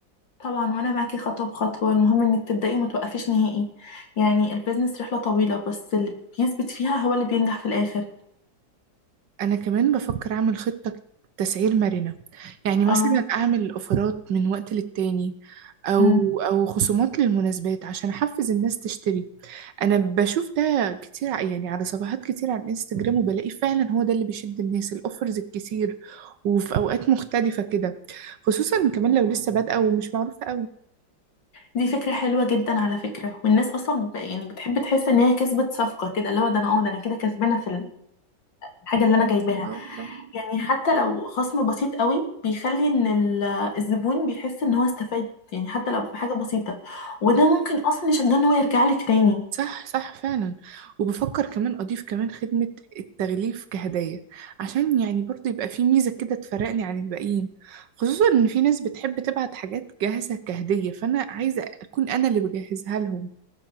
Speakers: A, on the left; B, on the right.
A: طبعا وأنا معاكي خطوة بخطوة المهم إنك تبدأي وما توقفيش نهائي يعني البيزنس رحلة طويلة بس اللي بيثبت فيها هو اللي بينجح في الآخر
B: أنا كمان بفكر أعمل خطة تسعير مرنة يعني مثلا
A: اه
B: أعمل أوفرات من وقت للتاني أو
A: أمم.
B: أو خصومات للمناسبات عشان أحفز الناس تشتري أنا بشوف ده كتير ع- يعني على صفحات كتير على الإنستجرام وبلاقي فعلا هو ده اللي بيشد الناس الأوفرز الكتير وفي أوقات مختلفة كده خصوصا كمان لو لسه بادئة ومش معروفة
A: دي فكرة حلوة جدا على فكرة والناس أصلا ب- يعني بتحب تحس إن هي كسبت صفقة كده اللي هو ده أنا اه ده أنا كده كسبانة في الحاجة اللي أنا جايباها
B: أوي
A: يعني حتى لو خصم بسيط قوي بيخلي ان ال- الزبون بيحس ان هو استفاد يعني حتى لو بحاجة بسيطة وده ممكن اصلا يشجعه ان هو يرجع لك تاني
B: صح صح فعلا وبفكر كمان أضيف كمان خدمة التغليف كهدية عشان يعني برضه يبقى في ميزة كده تفرقني عن الباقيين خصوصا إن في ناس بتحب تبعت حاجات جاهزة كهدية فأنا عايزة أكون أنا اللي بجهزها لهم